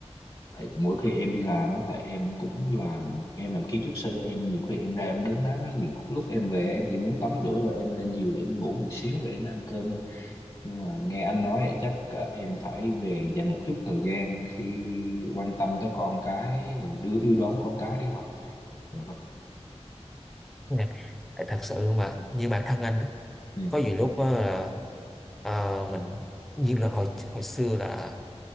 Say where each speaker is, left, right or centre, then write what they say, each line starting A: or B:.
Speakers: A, on the left; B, in the centre.
A: tại mỗi khi em đi làm á tại em cũng làm em làm kiến trúc sư em nhiều khi em ra em đứng nắng á nhiều lúc em về em chỉ muốn tắm rửa rồi em lên giường em ngủ một xíu rồi em ăn cơm thôi nhưng mà nghe anh nói vậy chắc ờ, em phải về dành một chút thời gian khi quan tâm tới con cái rồi đưa đưa đón con cái đi học dạ vâng
B: Nè, tại thật sự mà như bản thân anh á,
A: ừ
B: có nhiều lúc á là à, mình như là hồi hồi xưa là